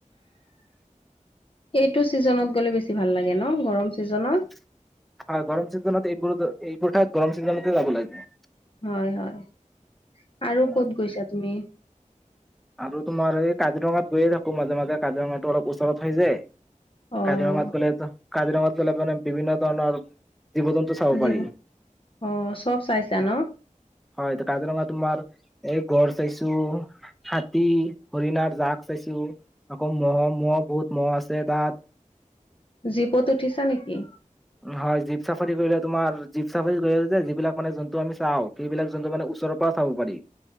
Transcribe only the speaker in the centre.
<inaudible> আৰু গৰম চিজনত এইবোৰটো, এইবোৰ ঠাইত গৰম চিজনতে যাব লাগে।
অ
আৰু তোমাৰ এই কাজিৰঙাত গৈয়ে থাকো মাজে-মাজে কাজিৰঙাতো অলপ ওচৰত হৈ যে।
কাজিৰঙাত গ'লেতো কাজিৰঙাত গ'লে মানে বিভিন্ন ধৰণৰ জীৱ জন্তু চাব
পাৰি
হয়,
কাজিৰঙা তোমাৰ এই গড় চাইছো হাতী, হৰিণাৰ জাক চাইছোঁ আকৌ, ম'হ ম'হ বহুত ম'হ আছে তাত।
হয়, জীপ ছাফাৰী কৰিলে তোমাৰ জীপ ছাফাৰী কৰিলে যে, যিবিলাক মানে জন্তু আমি চাওঁ, সেইবিলাক জন্তু মানে ওচৰৰ পৰা চাব পাৰি।